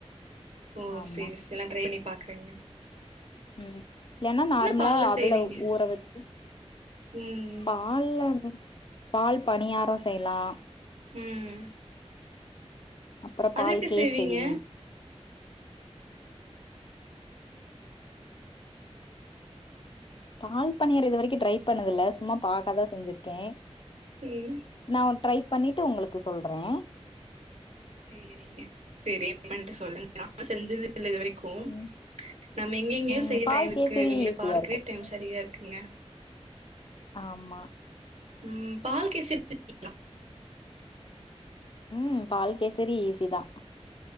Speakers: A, on the right (about 80°); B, on the left (about 50°).
A: ஓ
B: ஆமா
A: செரி செரி நா ட்ரை பண்ணி பாக்குறங்க
B: ம் இல்லன்னா நார்மலா
A: பால்ல
B: அவுல
A: செய்வீங்க
B: ஊற வெச்சு
A: ம்
B: பால்ல பால் பணியாரோ செய்லா
A: ம்
B: அப்றோ
A: அது
B: பால்
A: எப்டி
B: கேசரி
A: செய்வீங்க
B: பால் பனியார இது வரைக்கு ட்ரை பண்ணது இல்ல சும்மா பாக்காதா செஞ்சிருக்கே
A: ம்
B: நா ட்ரை பண்ணிட்டு உங்களுக்கு சொல்றே
A: சேரிங்க செரி பண்ட்டு சொல்லுங்க நா செஞ்சதில்ல இது வரைக்கு
B: ம்
A: நம்ம எங்கிங்க
B: ம்
A: செய்ய
B: பால்
A: டைம் இருக்கு
B: கேசரி
A: இவுங்கள
B: ஈஸியா
A: பார்க்வே
B: இருக்கும்
A: டைம் சரியா இருக்குங்க
B: ஆமா
A: ம் பால் கேசரி செஞ்சீங்க.
B: ம் பால் கேசரி ஈஸி தா